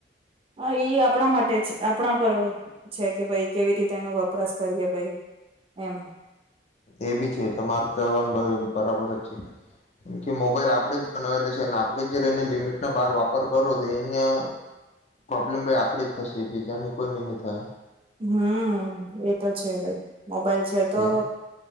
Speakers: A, on the right (about 30°); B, on the left (about 40°).
A: હા, એ ઈ આપણા માટે, આપણા પર છે, કે ભાઈ કેવી રીતે એનો વપરાશ કરીએ ભઈ, એમ.
B: એ બી છે. તમાર કેવાનું ભાઈ બરાબર જ છે. કેમકે મોબાઈલ આપડે જ બનાવેલી છે. આપણે જ જ્યારે એને લિમિટ ના બાર વાપર કરો, તો એને પ્રોબ્લેમ ભાઈ આપડે જ થશે, બીજાને કોઈને ની થાય.
A: હમ એ તો છે ભાઈ. મોબાઈલ છે તો
B: એજ